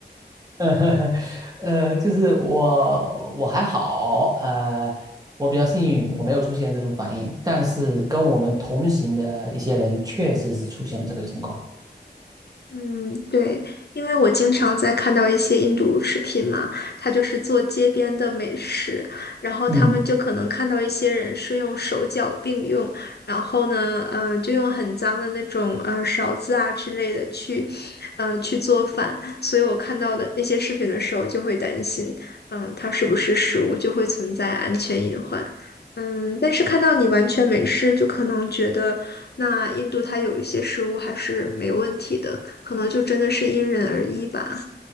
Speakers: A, on the right (about 20°); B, on the left (about 65°).
A: <laughs> 呃，呃就是我我还好，呃，我比较幸运，我没有出现这种反应，但是跟我们同行的一些人确实是出现了这个情况。
B: 嗯，对，因为我经常在看到一些印度视频嘛，他就是做街边的美食，然后他们就可能看到一些人是用手脚并用，
A: 嗯。
B: 然后呢，嗯，就用很脏的那种呃勺子啊之类的去，嗯，去做饭，所以我看到的那些视频的时候就会担心，嗯，它是不是食物就会存在安全隐患。嗯，但是看到你完全没事，就可能觉得，那印度它有一些食物还是没问题的，可能就真的是因人而异吧。